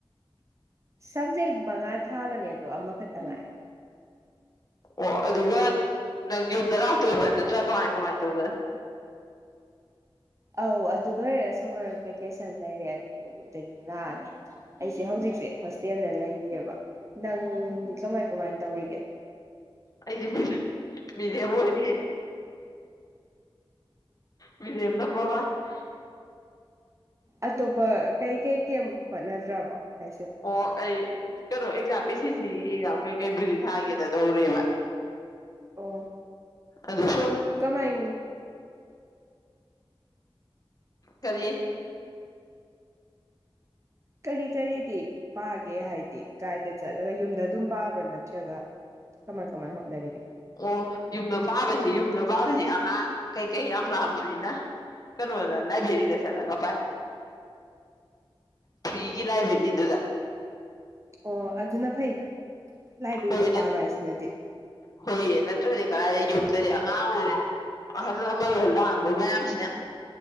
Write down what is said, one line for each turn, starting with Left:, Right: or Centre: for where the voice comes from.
Right: ꯁꯕꯖꯦꯛ ꯃꯉꯥ ꯊꯥꯕꯅꯦ ꯑꯗꯣ ꯑꯃꯈꯛꯇ ꯉꯥꯏꯔꯦ꯫
Left: ꯑꯣ ꯑꯗꯨꯒ ꯅꯪ ꯌꯨꯝꯗ ꯂꯥꯛꯇꯣꯏꯕ꯭ꯔꯥ ꯅꯠꯇ꯭ꯔꯥ ꯀꯃꯥꯏ - ꯀꯃꯥꯏ ꯇꯧꯗꯣꯏ?
Right: ꯑꯧ ꯑꯗꯨ ꯂꯣꯏꯔꯦ ꯁꯝꯃꯔ ꯚꯦꯀꯦꯁꯟ ꯂꯩꯔꯦ ꯑꯗꯨꯗꯩꯩ ꯌꯨꯝ ꯂꯥꯛꯑꯅꯤ ꯑꯩꯁꯦ ꯍꯧꯖꯤꯛꯁꯦ ꯍꯣꯁꯇꯦꯜꯗ ꯂꯩꯔꯤꯌꯦꯕ꯫ ꯅꯪꯗꯤ ꯀꯃꯥꯏ ꯀꯃꯥꯏꯅ ꯇꯧꯔꯤꯒꯦ?
Left: ꯑꯩꯖꯦ <unintelligible> ꯃꯤꯔꯦꯝ ꯑꯣꯏꯔꯤꯌꯦ꯫ ꯃꯤꯔꯦꯝ ꯅꯝꯕꯔ ꯋꯥꯟ ꯫ <inaudible>
Right: ꯑꯇꯣꯞꯄ ꯀꯩ ꯀꯩ ꯀꯦꯝ ꯍꯣꯠꯅꯗ꯭ꯔꯕꯣ? ꯍꯥꯏꯁꯦ
Left: ꯑꯣ ꯑꯩ ꯀꯩꯅꯣ ꯑꯦꯛꯖꯥꯝ ꯑꯦꯁ ꯑꯦꯁ ꯁꯤ ꯒꯤ ꯑꯦꯛꯖꯥꯝ ꯀꯩꯀꯩꯕꯨꯗꯤ ꯊꯥꯒꯦꯗ ꯇꯧꯔꯦꯕ꯫
Right: ꯑꯣ꯫
Left: ꯑꯗꯨ ꯁꯨꯝ
Right: ꯀꯃꯥꯏ
Left: ꯀꯔꯤ?
Right: ꯀꯔꯤ- ꯀꯔꯤꯗꯤ ꯄꯥꯒꯦ ꯍꯥꯏꯗꯤ ꯀꯥꯏꯗ ꯆꯠꯂꯒ ꯌꯨꯝꯗ ꯑꯗꯨꯝ ꯄꯥꯕ꯭ꯔꯥ ꯅꯠꯇ꯭ꯔꯒ ꯀꯃꯥꯏ- ꯀꯃꯥꯏ ꯍꯣꯠꯅꯔꯤꯒꯦ?
Left: ꯑꯣ ꯌꯨꯝꯗ ꯄꯥꯕꯁꯤ ꯌꯨꯝꯗ ꯄꯥꯕꯁꯤ ꯑꯉꯥꯡ ꯀꯩꯀꯩ ꯌꯥꯝ ꯂꯥꯡꯕꯅꯤꯅ ꯀꯩꯅꯣꯗ ꯂꯥꯏꯕ꯭ꯔꯦꯔꯤꯗ ꯆꯠꯂꯒ ꯄꯥꯏ ꯐ꯭ꯔꯤꯒꯤ ꯂꯥꯏꯕ꯭ꯔꯦꯔꯤꯗꯨꯗ꯫
Right: ꯑꯣ ꯑꯗꯨꯅ ꯐꯩꯗ꯫ ꯂꯥꯏꯕ꯭ꯔꯦꯔꯤꯗ
Left: ꯍꯣꯌ
Right: ꯄꯥꯕ ꯍꯥꯏꯁꯤꯅꯗꯤ
Left: ꯍꯣꯏꯌꯦ ꯅꯠꯇꯔꯗꯤ ꯀꯗꯥꯏꯗꯩꯩ ꯌꯨꯝꯗꯗꯤ ꯑꯉꯥꯡꯑꯣ ꯑꯍꯜ ꯂꯃꯜꯑꯣ ꯂꯥꯡꯕ ꯃꯌꯥꯝꯁꯤꯅ